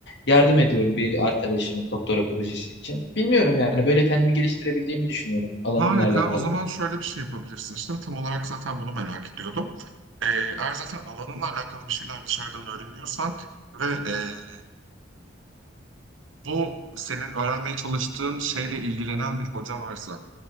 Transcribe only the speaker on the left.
Yardım ediyorum bir arkadaşımın doktora projesi için. Bilmiyorum yani böyle kendimi geliştirebildiğimi düşünüyorum alanımla
alakalı.